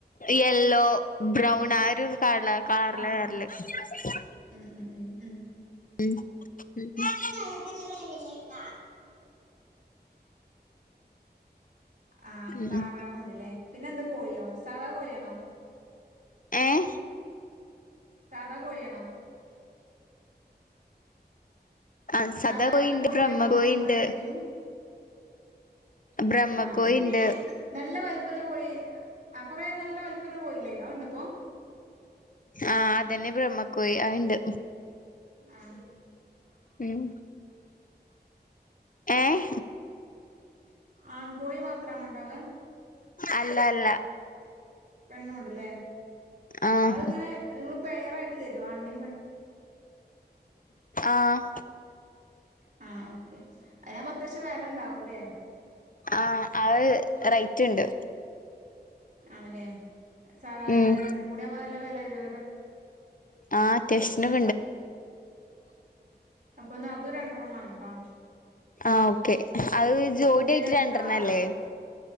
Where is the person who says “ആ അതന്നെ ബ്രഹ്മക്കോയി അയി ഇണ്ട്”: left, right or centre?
Left